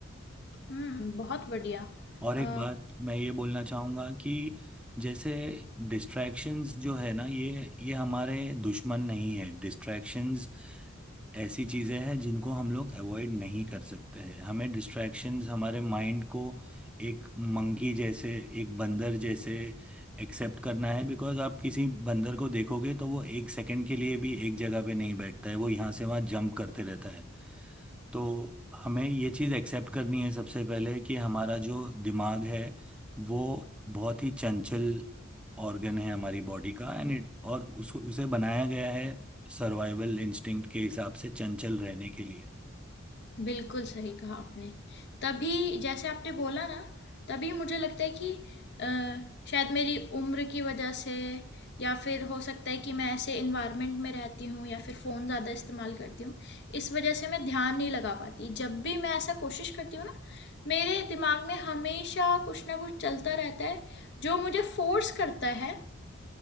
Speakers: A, on the left; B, in the centre.
A: हुँ, बहुत बढ़िया।
B: और
A: अ
B: एक बात मैं ये बोलना चाहूँगा कि जैसे डिस्ट्रैक्शंस जो है ना ये ये हमारे दुश्मन नहीं है डिस्ट्रैक्शंस ऐसी चीजें हैं जिनको हम लोग अवॉइड नहीं कर सकते हैं हमें डिस्ट्रैक्शंस हमारे माइंड को एक मंकी जैसे एक बंदर जैसे एक्सेप्ट करना है बिकॉज आप किसी बंदर को देखोगे तो वो एक सेकंड के लिए भी एक जगह पे नहीं बैठता है वो यहाँ से वहाँ जंप करते रहता है तो हमें ये चीज़ एक्सेप्ट करनी है सबसे पहले कि हमारा जो दिमाग है वो बहुत ही चंचल ऑर्गन है हमारी बॉडी का एंड इट और उसको उसे बनाया गया है सर्वाइवल इंस्टिंक्ट के हिसाब से चंचल रहने के लिए
A: बिल्कुल सही कहा आपने। तभी जैसे आपने बोला ना, तभी मुझे लगता है कि अ, शायद मेरी उम्र की वजह से या फिर हो सकता है कि मैं ऐसे एनवायरनमेंट में रहती हूँ या फिर फ़ोन ज़्यादा इस्तेमाल करती हूँ, इस वजह से मैं ध्यान नहीं लगा पाती। जब भी मैं ऐसा कोशिश करती हूँ ना, मेरे दिमाग में हमेशा कुछ ना कुछ चलता रहता है, जो मुझे फ़ोर्स करता है